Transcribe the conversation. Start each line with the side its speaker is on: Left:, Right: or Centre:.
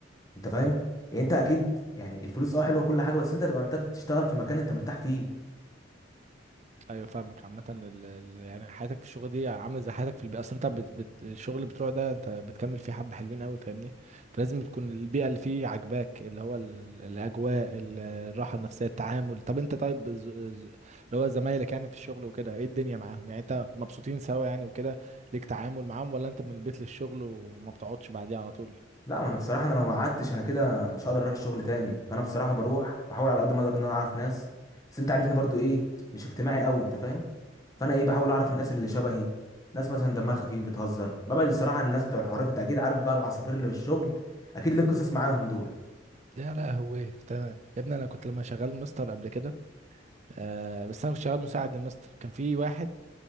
Left: انت فاهم يعني انت اكيد يعني الفلوس اه حلوه كل حاجه بس انت هتبقى محتاج تشتغل في مكان انت مرتاح فيه
Right: ايوه فاهمك عامة ال- ال- يعني حياتك في الشغل دي عاملة زي حياتك في البيئة اصل انت بت بت الشغل بتوع ده انت بتكمل فيه حبة حلوين قوي فاهمني فلازم تكون البيئة اللي فيه عاجباك اللي هو ال- الاجواء ال- الراحة النفسية التعامل طب انت طيب ز- ز- اللي هو زمايلك يعني في الشغل وكده ايه الدنيا معاهم يعني انت مبسوطين سوا يعني وكده ليك تعامل معاهم ولا انت من البيت للشغل وما بتقعدش بعديه على طول
Left: لا ما انا بصراحه انا لو ما قعدتش انا كده مش هقدر اروح الشغل تاني فانا بصراحه بروح بحاول على قد ما اقدر ان انا اعرف ناس بس انت عارفني برضو ايه مش اجتماعي قوي انت فاهم فانا ايه بحاول اعرف الناس اللي شبهي ناس مثلا دمها خفيف بتهزر ببعد الصراحه عن الناس بتوع الحوارات انت اكيد عارف بقى العصافير اللي في الشغل اكيد ليك قصص معاهم دول
Right: يا لهوي انت يا ابني انا كنت لما شغال مستر قبل كده آه بس انا كنت شغال مساعد للمستر كان في واحد